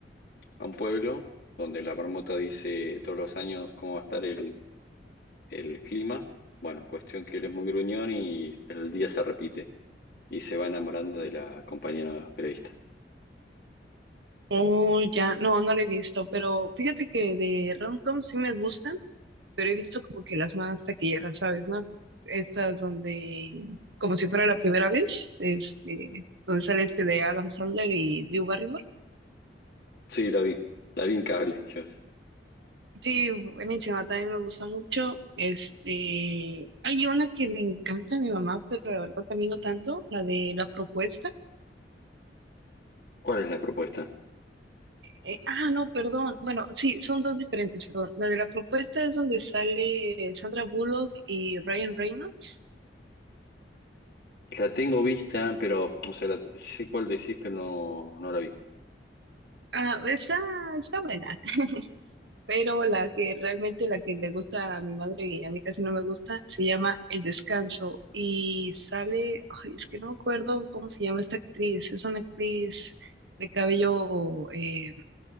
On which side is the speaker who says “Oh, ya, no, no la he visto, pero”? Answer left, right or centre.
Right